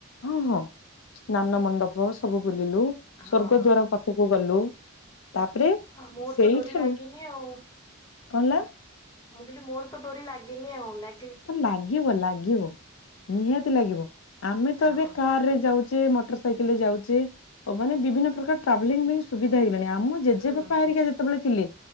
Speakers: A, on the left; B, on the left.
A: ହଁ ହଁ ସ୍ନାନ ମଣ୍ଡପ ସବୁ ବୁଲିଲୁ।
B: ହଁ
A: ସ୍ଵର୍ଗଦ୍ଵାର ପାଖ କୁ ଗଲୁ ତାପରେ
B: ଆ ମୋର
A: ସେଇଠାରୁ
B: ତ ଡୋରି ଲାଗିନି ଆଉ।
A: କଣ ହେଲା?
B: ମୁଁ କହିଲି ମୋର ତ ଡୋରି ଲାଗିନି ଆଉ ଲା
A: ଲାଗିବ ଲାଗିବ ନିହାତି ଲାଗିବ। ଆମେ ତ
B: ହଁ
A: ଏବେ କାର୍ ରେ ଯାଉ ଚେ ମଟର୍ ସାଇକେଲ୍ ରେ ଯାଉଚି ଅବ ମାନେ ବିଭିନ୍ନ ପ୍ରକାର ଟ୍ରାଭେଲିଙ୍ଗ୍ ପାଇଁ ସୁବିଧା ହେଇଗଲାଣି। ଆମ ଜେଜେବାପା
B: ହୁଁ ହୁଁ
A: ହେରିକା ଯେତେବେଳେ ଥିଲେ।